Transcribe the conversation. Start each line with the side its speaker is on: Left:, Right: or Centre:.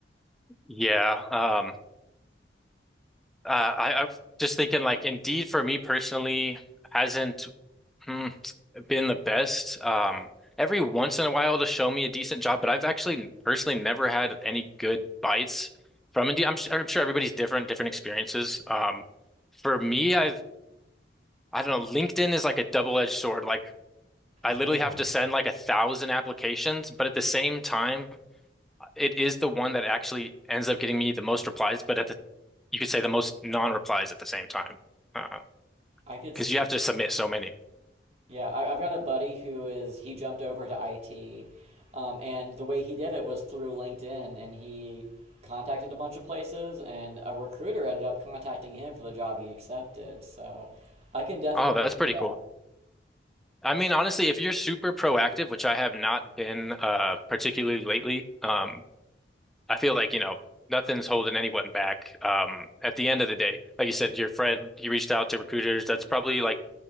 Centre: Yeah. um, Uh, I, I'm just thinking like Indeed for me personally hasn't hmm, been the best. Um, every once in a while to show me a decent job, but I've actually personally never had any good bites from Indeed. I'm, su- I'm sure everybody's different, different experiences. Um, for me, I've I don't know. LinkedIn is like a double-edged sword. Like I
Right: Yeah.
Centre: literally have
Right: <laughs>
Centre: to send like a thousand applications, but at the same time, it is the one that actually ends up getting me the most replies, but at the you could say the most non-replies at the same time. Huh.
Right: I could
Centre: because
Right: see
Centre: you have to submit so many.
Right: Yeah, I, I've got a buddy who is he jumped over to IT, um, and the way he did it was through LinkedIn, and he contacted a bunch of places, and a recruiter ended up contacting him for the job he accepted. So I can definitely
Centre: Oh, that's
Right: see
Centre: pretty
Right: that.
Centre: cool. I mean, honestly, if you're super proactive, which I have not been uh particularly lately, um, I feel like, you know, nothing's holding anyone back. Um, at the end of the day, like you said, your friend, he reached out to recruiters. That's probably like,